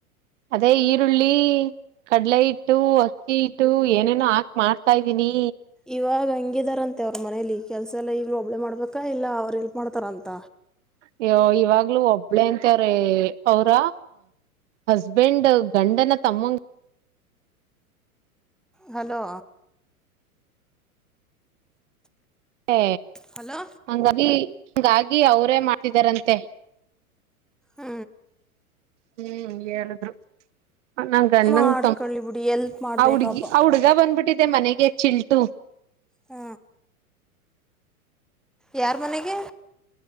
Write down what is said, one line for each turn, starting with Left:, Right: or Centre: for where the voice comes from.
Right: ಅದೇ ಈರುಳ್ಳಿ ಕಡಲೆ ಇಿಟ್ಟು ಅಕ್ಕಿ ಇಟ್ಟು ಏನೇನೋ ಹಾಕ್ ಮಾಡ್ತಾ ಇದ್ದೀನಿ
Centre: ಇವಾಗ ಹಂಗಿದಾರಂತೆ ಅವ್ರ ಮನೇಲಿ ಕೆಲ್ಸ ಎಲ್ಲ ಈಗ್ಲೂ ಒಬ್ಳೆ ಮಾಡ್ಬೇಕಾ ಇಲ್ಲ ಅವರು ಎಲ್ಪ್ ಮಾಡ್ತಾರ ಅಂತ
Right: ಅಯ್ಯೋ ಇವಾಗ್ಲುೂ ಒಬ್ಳೇ ಅಂತವ್ರೀ ಅವ್ರ ಹಸ್ಬೆಂಡ್ ಗಂಡನ ತಮ್ಮಂಗ
Centre: ಹಲೋ
Right: ಹ
Centre: ಹಲೋ
Right: ಅಂಗಂಗಾಗಿ ಹ ಅವರೇ ಮಾಡ್ತಿದಾರಂತೆ
Centre: ಹ
Right: ಹ್ಮ್ ಹೇಳಿದ್ರು ನ ಗಂಡಂಗ
Centre: ಮಾಡ್ಕೊಳ್ಳಿ ಬಿಡಿ ಎಲ್ಪ್ ಮಾಡಬೇಕಪ್ಪ
Right: ತ ಹುಡ್ಗಿ ಹುಡ್ಗ ಬಂದ್ಬಿಟ್ಟಿ ಮನೆಗೆ ಚಿಲ್ಟು
Centre: ಹಾ ಯಾರ ಮನೆಗೆ